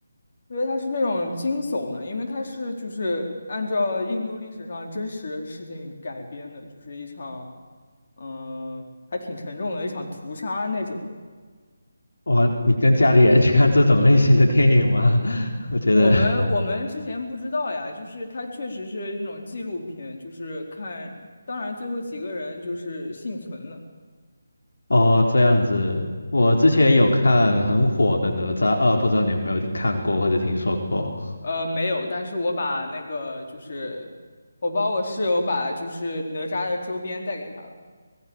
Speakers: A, on the left; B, on the left.
A: 因为它是那种惊悚的，因为它是就是按照印度历史上真实事件改编的，就是一场，嗯、还挺沉重的一场屠杀那种。
B: 哇，你跟家里人去看这种类型的电影吗？<laughs> 我觉得，
A: 我们我们之前不知道呀，就是它确实是那种纪录片，就是看，当然最后几个人就是幸存了。
B: 哦，这样子，我之前有看很火的《哪吒二》，不知道你有没有看过或者听说过？
A: 呃，没有，但是我把那个就是，我帮我室友把就是哪吒的周边带给他了。